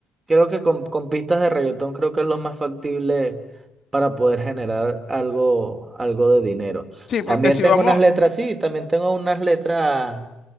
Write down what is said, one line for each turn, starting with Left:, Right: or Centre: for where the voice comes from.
Right: creo que con, con pistas de reggaetón creo que es lo más factible para poder generar algo, algo de dinero.
Left: Sí,
Right: También
Left: porque si
Right: tengo
Left: vamos,
Right: unas letras, sí, también tengo unas letras